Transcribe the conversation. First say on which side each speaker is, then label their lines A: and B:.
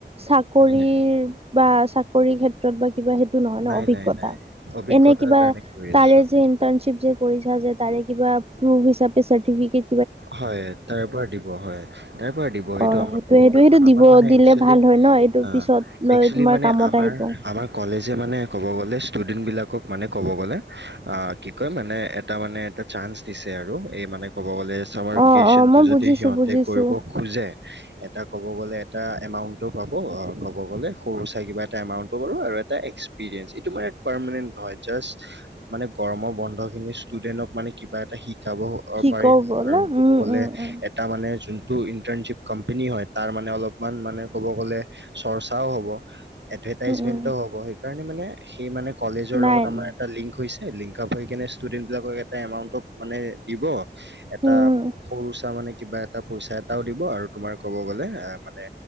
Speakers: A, on the right; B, on the right.
A: চাকৰিৰ
B: নাই,
A: বা চাকৰি ক্ষেত্ৰত বা তা সেইটো নহৈ ন
B: নাই,
A: অভিজ্ঞতা,
B: নাই, নাই অভিজ্ঞতাৰ
A: এনে কিবা
B: কাৰণে কৰি
A: তাৰে
B: আছোঁ।
A: যে ইণ্টাৰ্শিপ যে কৰিছা যে তাৰে কিবা প্ৰূফ হিচাপে চৰ্টিফিকেট
B: হয় তাৰ পৰা দিব হয় তাৰ পৰা দিব সেইটো
A: অ
B: আমাৰ
A: সেইটোয়ে
B: প্ৰুফ
A: সেইটোয়ে সেইটো দিব
B: আমাৰ মানে
A: দিলে
B: একচুৱেলী,
A: ভাল হয় ন এইটো
B: আ
A: পিছত লৈ
B: একচুৱেলী
A: তোমাৰ
B: মানে
A: কামত আহিব।
B: আমাৰ কলেজ যে মানে কব গ'লে ষ্টোডেনবিলাকক মানে ক'ব গলে আ কি কই মানে এটা মানে এটা চাঞ্চ চাঞ্চ দিছে আৰু। এই মানে ক'ব গ'লে, চামাৰ
A: অ
B: ভেকেশচনটো
A: অ মই
B: যদি
A: বুজিছো
B: সিহঁতে
A: বুজিছো
B: কৰিব খোজে। এটা ক'ব গ'লে এটা এমাউণ্টটো পাব, ক'ব গ'লে সৰু ছাই কিবা এটা এমাউণ্টটো পাৱ আৰু এটা এক্স পিৰিয়েন্স এইটো মানে পাৰ্মানেণ্ট নহয়, জাষ্ট মানে গৰমৰ বন্ধ খিনি ষ্টোডেনক কিবা এটা শি শিকাব,
A: শিকক
B: পাৰিল
A: বলে
B: আৰু ক'ব
A: উম
B: গলে
A: উম উম।
B: এটা মানে যোন টো ইন্টাৰনশ্বিপ কম্পেনী হয়, তাৰ মানে অলপমান মানে কব গ'লে চৰ্চাও হ'ব। এডভেটাইচমেনটো
A: উম উম
B: হব সেইকাৰণে মানে সেই মানে কলেজৰ
A: নাই
B: লগত আমাৰ
A: নাই
B: এটা লিংক হৈছ ছে লিংক আপ হৈ কিনে ষ্টুডেন্ট বিলাকক এটা এমাউন্টত মানে দিব। টা
A: উম
B: সৰু চা মানে কিবা এটা পইচা এটাও দিব, আৰু তোমাৰ ক'ব গ'লে অ', মানে